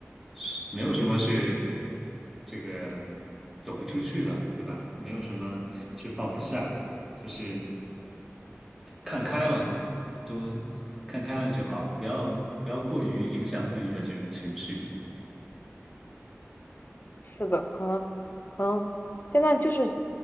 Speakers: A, in the centre; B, on the left.
A: 是没有什么是这个走不出去的，对吧？没有什么是放不下的，就是看开了，多看开了就好，不要不要过于影响自己的这种情绪。
B: 是的，可能可能现在就是